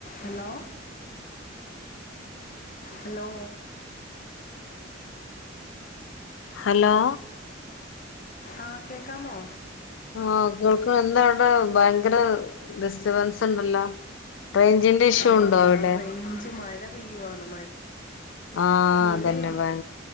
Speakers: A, on the left (about 45°); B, on the left (about 65°).
A: Hello hello
B: hello
A: ആ കേക്കാമോ
B: ആൾക്ക് എന്താ ഇവിടെ ഭയങ്കര ഡിസ്റ്റബൻസ് ഉണ്ടല്ലോ റേഞ്ചിന്റെ ഇഷ്യൂ
A: ആറേഞ്ച്
B: ഉണ്ടോ അവിടെ
A: മഴ പെയ്യുവാണ്
B: ആഹ്
A: മഴേ
B: അതന്നെ ഭയ